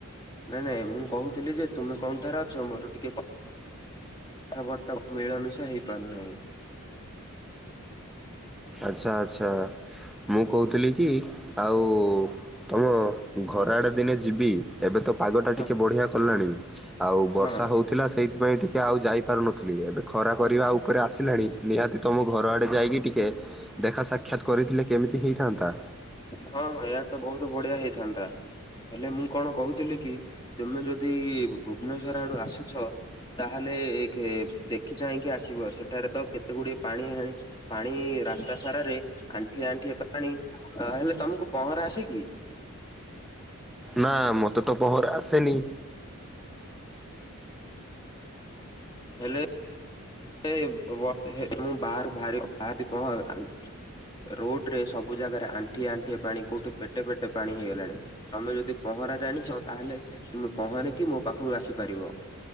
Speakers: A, on the left (about 20°); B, in the centre.
A: ନାଇଁ ନାଇଁ ମୁଁ କହୁଥିଲି ଯେ, ତୁମେ କୋଉଠାରେ ଅଛ? ମୋର ଟିକେ କ କଥାବାର୍ତ୍ତା ମିଳମିଶା ହେଇପାରୁନାହିଁ।
B: ଆଛା ଆଛା, ମୁଁ କହୁଥିଲି କି ଆଉ ତମ ଘର ଆଡ଼େ ଦିନେ ଯିବି, ଏବେ ତ ପାଗଟା
A: ହଁ
B: ଟିକିଏ ବଢ଼ିଆ କଲାଣି, ଆଉ ବର୍ଷା
A: ହଁ
B: ହେଉଥିଲା ସେଇଥିପାଇଁ ଟିକେ ଟିକେ ଆଉ ଯାଇପାରୁନଥିଲି, ଏବେ ଖରା କରିବା ଉପରେ ଆସିଲାଣି, ନିହାତି ତମ ଘର ଆଡ଼େ ଯାଇକି ଟିକେ ଦେଖା ସାକ୍ଷାତ କରିଥିଲେ, କେମିତି ହେଇଥାନ୍ତା?
A: ହଁ ହଁ, ଏହାୟ ତ ବହୁତ ବଢିଆ ହେଇଥାନ୍ତା, ହେଲେ ମୁଁ କଣ କହୁଥିଲି କି ତମେ ଯଦି ଭୁବନେଶ୍ଵର ଆଡୁ ଆସୁଛ, ତାହେଲେ ଏକେ ଦେଖ ଦେଖି ଚାହିଁକି ଆସିବ, ସେଠାରେ ତ କେତେ ଗୁଡିଏ ପାଣି ହେଣି, ପାଣି ରାସ୍ତା ସାରାରେ ଆଣ୍ଠିଏ ଆଣ୍ଠିଏ ପାଣି। ଅ, ହେଲେ ତମକୁ ପହଁରା ଆସେ କିି?
B: ନା, ମତେ ତ ପହଁରା ଆସେନି।
A: ହେଲେ ଏ ବେ ମୁଁ ବାହାରୁ ବାହାରି ବାହାରି କଣ ଆଛି ରୋଡ ରେ ସବୁ ଜାଗାରେ ଆଣ୍ଠିଏ ଆଣ୍ଠିଏ ପାଣି, କୋଉଠି ପେଟେ ପେଟେ ପାଣି ହେଇଗଲାଣି। ତମେ ଯଦି ପହଁରା ଜାଣିଛ, ତାହେଲେ ତୁମେ ପହଁରିକି ମୋ ପାଖକୁ ଆସିପାରିବ।